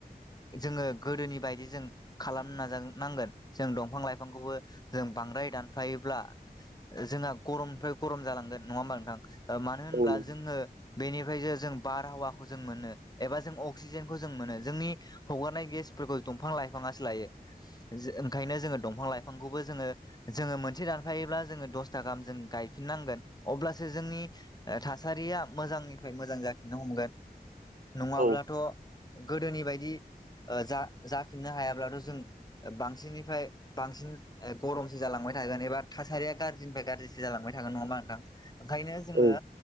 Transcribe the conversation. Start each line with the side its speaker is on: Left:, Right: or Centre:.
Left: जोङो गोदोनि बायदि जों खालामनो नाजा नांगोन जों दंफां लाइफांखौबो जों बांद्राय दानफायोब्ला जोंहा गरमनिफ्राय गरम जालांगोन नङा होमबा नोंथां। मानो होनब्ला
Right: औ नंगौ
Left: जोङो बेनिफ्राय जे जों बारहावाखौ जों मोनो एबा जों अक्सिजेन जों मोनो जोंनि हगारनाय गेसफोरखौ दंफां लाइफाङासो लायो। ओंखायनो जोङो दंफां लाइफांखौबो जोङो जोङो मोनसे दानफायोब्ला जोङो दसथा गाहाम जों गायफिननांगोन अब्लासो जोंनि थासारिया मोजांनिफ्राय मोजां जााखिनो हमगोन नङाब्लाथ'
Right: औ
Left: गोदोनि बायदि जा जाफिननो हायाब्लाथ' जों बांसिननिफ्राय बांसिन गरमसो जालांबाय थागोन एबा थासारिया गाज्रिनिफ्राय गाज्रिसो जालांबाय थागोन नङा होनबा नोंथां? ओंखायनो जोङो
Right: औ